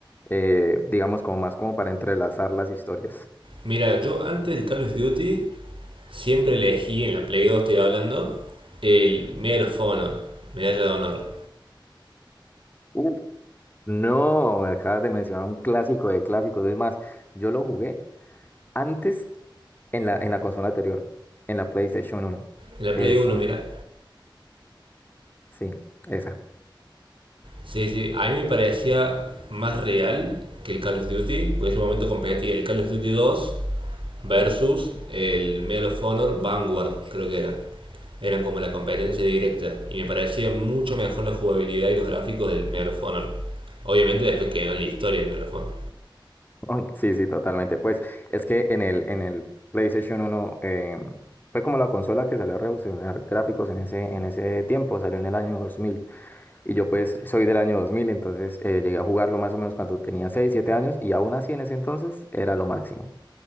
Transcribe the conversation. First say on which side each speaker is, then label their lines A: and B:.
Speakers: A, on the left (about 20°); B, on the right (about 90°).
A: Eh, digamos como más como para entrelazar las historias.
B: Mira, yo antes del Call of Duty siempre elegí, en la Play 2 estoy hablando, el Medal of Honor, Medalla de Honor.
A: Uf. No, me acabas de mencionar un clásico de clásicos. Es más, yo lo jugué antes en la, en la consola anterior, en la PlayStation uno.
B: En la
A: Es
B: Play uno
A: un...
B: mira.
A: Sí, esa.
B: Sí, sí, a mí me parecía más real que el Call of Duty, porque en ese momento competía el Call of Duty 2 versus el Medal of Honor Vanguard, creo que era. Eran como la competencia directa y me parecía mucho mejor la jugabilidad y los gráficos del Medal of Honor. Obviamente después quedó en la historia el Medal of Honor.
A: Oh, Sí, sí, totalmente. Pues es que en el, en el PlayStation uno eh, fue como la consola que salió a revolucionar gráficos en ese, en ese tiempo, salió en el año dos mil Y yo pues soy del año 2000, entonces eh, llegué a jugarlo más o menos cuando tenía seis, siete años y aún así en ese entonces era lo máximo.